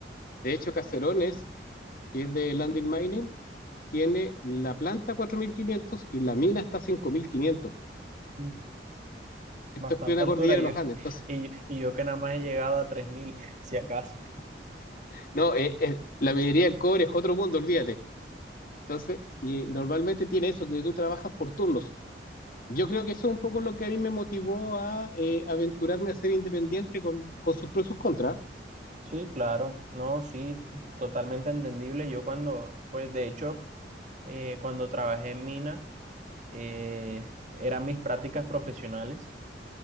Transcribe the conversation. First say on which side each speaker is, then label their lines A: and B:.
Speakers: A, on the left; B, on the right.
A: De hecho, Caserones, que es de Landing Mining, tiene la planta 4.500 y la mina está a 5.500.
B: Mm,
A: Esto
B: Bastante
A: es plena
B: altura.
A: cordillera
B: Y
A: de los
B: yo, <laughs>
A: Andes. Entonces,
B: y yo, y yo que nada más he llegado a 3.000, si acaso.
A: no, eh, eh, la minería del cobre es otro mundo, olvídate. Entonces, y normalmente tiene eso, que tú trabajas por turnos. Yo creo que eso es un poco lo que a mí me motivó a eh, aventurarme a ser independiente con, con sus pros y sus contras.
B: Sí, claro, no, sí, totalmente entendible. Yo cuando, pues de hecho, eh, cuando trabajé en mina, eh, eran mis prácticas profesionales